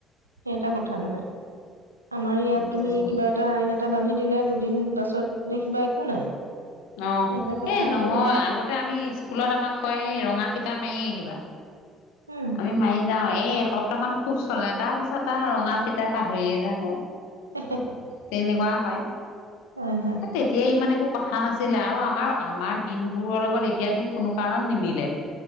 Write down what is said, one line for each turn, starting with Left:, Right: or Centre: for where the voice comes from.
Right: সেট' কথা মানে আমাৰ ইয়াত
Left: বুজিছো
Right: তুমি কিবা এটা আইন এটা বান্ধি দিলে দুদিন পাছত দেখিবা একো নাই
Left: অ
Right: সেই এটা কথা
Left: এ নহয়
Right: তেনে
Left: আগতে আমি স্কুলত আমাক কয় এই ৰঙা ফিটা মাৰি আহিবা,
Right: উম
Left: আমি মাৰি যাও এই এসপ্তাহ মান খুব চলে তাৰ পিছত আৰু ৰঙা ফিটা পাহৰিয়ে থাকো
Right: <unintelligible>
Left: তেনেকুৱা হয়
Right: হয় হয়
Left: এ তেতিয়া ইমান একো কথা নাছি লে আৰু আমাৰ আমাৰ দিনবোৰৰ লগত এতিয়া দিন কোনো কাৰণত নিমিলে